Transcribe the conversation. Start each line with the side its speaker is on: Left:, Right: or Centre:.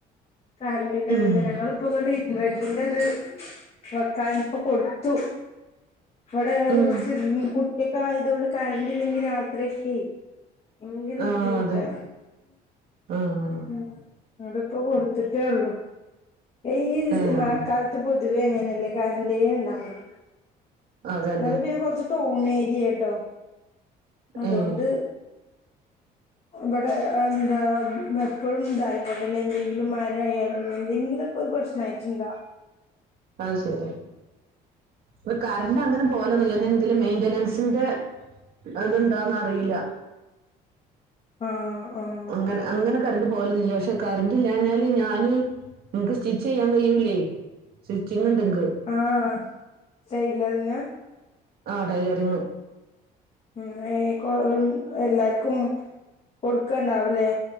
Left: കര്ണ്ടിന്റെത്
Right: ഉം
Left: പിന്നെ ഞങ്ങളിപ്പോ ങ്ങട്ട് ഇൻവേർട്ടറിന്റെത് വെ കയ് ഞ്പ്പ കൊടുത്തു ഇവടെ <unintelligible>
Right: ഉം
Left: ട്ടി ക്കെ ആയതോണ്ട് കറണ്ട് ഇല്ലെങ്കി രാത്രിയൊക്കെ എങ്കര
Right: ആഹ്
Left: ബുദ്ധിമുട്ടാണ്.
Right: അതെ ആഹ്
Left: ഉം അതുപ്പ കൊടു ട്ടേ ഉള്ളൂ ഈ
Right: ഏഹ്
Left: മഴക്കാലത്ത് പൊതുവെ അങ്ങനല്ലേ കര്ണ്ടേ ണ്ടാവൂല്.
Right: അതന്നെ
Left: ങ്ങള് പിന്നെ കൊറച്ച് ടൗൺ ഏര്യാ ട്ടോ. അതോണ്ട്
Right: ഏഹ്
Left: വടെ എന്താ വെപ്പളും ന്തായന്നെ ല്ലേ എന്തെ ങ്കിലും മരായാലും എന്തെങ്കിലൊക്കെ ഒരു പ്രശ്ന ആയിട്ടുണ്ടാ
Right: അഹ് ശരി വെ കാ കന്റ് അങ്ങനെട് പോഅലോന്നുല്യ ഞ എന്തെലു മെയിന്റനൻസിന്റെ അത്ണ്ടോന്ന അറിയില.
Left: ആഹ് ആഹ്
Right: അങ്ങനെ അങ്ങനെ കറണ്ട് പോലൊന്നില്ല പക്ഷെ കറണ്ട് ഇല്ലഞ്ഞാല് ഞാന് ഇൻക്ക് സ്റ്റിച്ച് ചെയ്യാൻ കഴിയൂല്ലേ. സുച്ചിങ്ണ്ട് <unintelligible>
Left: ആഹ് സെയ്ടില <unintelligible>
Right: ആഹ് ടൈലറിങ്.
Left: ഉം ഏഹ് കൊ ഉം എല്ലാർക്കും കൊടുക്കണ്ടാവ് ലേ